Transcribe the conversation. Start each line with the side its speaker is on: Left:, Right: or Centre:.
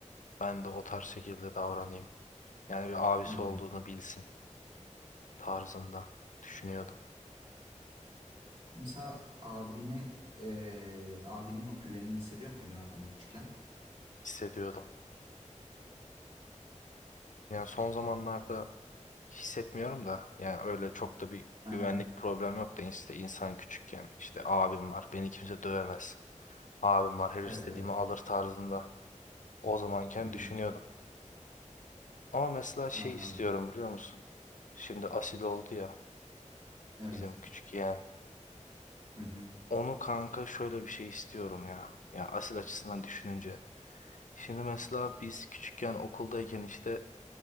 Left: Ben de o tarz şekilde davranayım. Yani bir abisi
Right: Hı hı.
Left: olduğunu bilsin tarzında düşünüyordum,
Right: Mesela abine eee, abinin o güvenini hissediyor muydun arkanda küçükken?
Left: hissediyordum. Yani son zamanlarda hissetmiyorum da yani öyle çok da bir
Right: Aha.
Left: güvenlik problem yok da işte insan küçükken işte abim var beni kimse dövemez. Abim var her istediğimi
Right: Evet evet.
Left: alır tarzında o zamanken
Right: Hı hı.
Left: düşünüyordum. Ama mesela şey
Right: Anladım.
Left: istiyorum biliyor musun? Şimdi asil oldu ya
Right: Evet.
Left: bizim küçük yeğen.
Right: Hı hı.
Left: Onu kanka şöyle bir şey istiyorum ya. Ya asil açısından düşününce. Şimdi mesela biz küçükken okuldayken işte